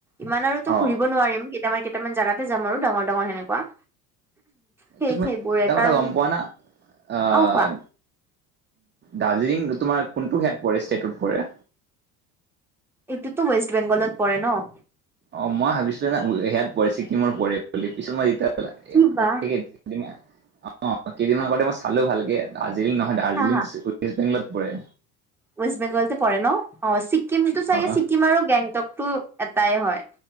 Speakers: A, in the centre; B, on the right (about 20°).
A: ইমান আৰু তো
B: অ
A: ঘূৰিব নোৱাৰিম কেইটামান কেইটামান জেগাতে যাম আৰু ডাঙৰ ডাঙৰ সেনেকুৱা। সেই
B: তুমি
A: সেইবোৰে
B: এটা কথা
A: কাৰণ
B: গম পোৱা না, আহ
A: অ', কোৱা
B: দাৰ্জিলিং তোমাৰ কোনটো হয়াত পৰে ষ্টেটত পৰে
A: এইটোুতো ৱেষ্ট বেংগলত পৰে নহ।
B: অ মই ভাবিছিলো সেয়াত পৰে ছিক্কিমৰ পৰে বুলি পিছত মই যেতিয়া
A: কি
B: অ
A: বা
B: কেইদিনমান আগতে মই চালো ভালকে। দজিলং নহয় দাৰ্জিলিং
A: হা হা
B: ৱেষ্ট বেংগলত পৰে
A: ৱেষ্ট বেংগলত পৰে ন অ ছিকিমটো চাগে
B: অ
A: ছিকিম আৰু গেংটক টো এটাই হয়